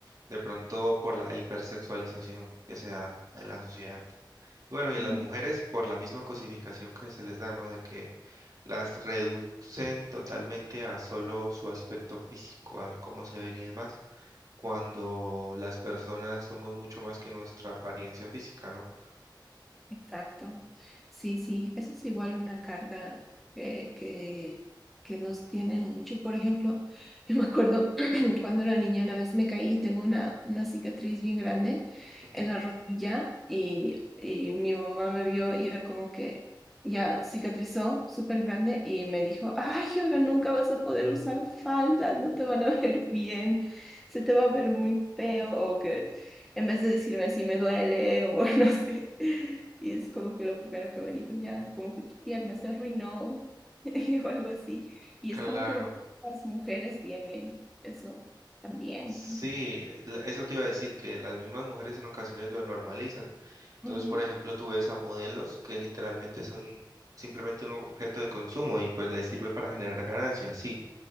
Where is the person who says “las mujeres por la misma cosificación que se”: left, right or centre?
Right